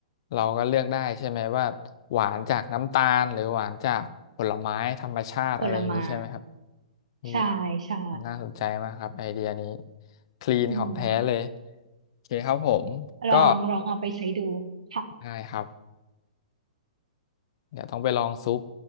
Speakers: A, on the left (about 45°); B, on the right (about 65°).
A: เราก็เลือกได้ใช่ไหมว่าหวานจากน้ำตาลหรือหวานจากผลไม้ธรรมชาติอะไรอย่างนี้ใช่ไหมครับ
B: ผลไม้
A: นี่
B: ใช่ใช่
A: น่าสนใจมากครับไอเดียนี้คลีนของแท้เลย
B: อืม
A: โอเคครับผมก็
B: ลองลองเอาไปใช้ดูค่ะ
A: ได้ครับ เดี๋ยวต้องไปลองซุป